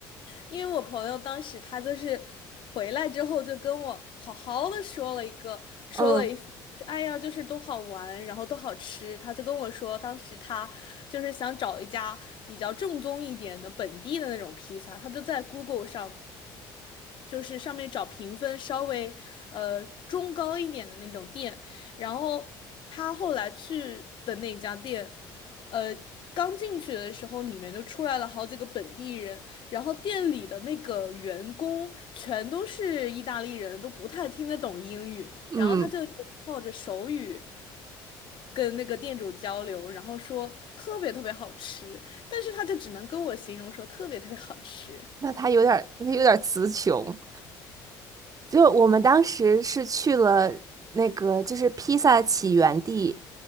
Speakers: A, on the left; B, on the right.
A: 因为我朋友当时他就是回来之后就跟我好好的说了一个，说了一，
B: 嗯
A: 哎呀，就是多好玩，然后多好吃。他就跟我说，当时他就是想找一家比较正宗一点的本地的那种披萨，他就在 Google 上，就是上面找评分稍微呃中高一点的那种店，然后他后来去的那家店，呃，刚进去的时候里面就出来了好几个本地人。然后店里的那个员工全都是意大利人，都不太听得懂英语，
B: 嗯，
A: 然后他就也靠着手语跟那个店主交流，然后说特别特别好吃，但是他就只能跟我形容说特别特别好吃。
B: 那它有点儿，他有点儿词穷。就我们当时是去了那个，就是披萨起源地。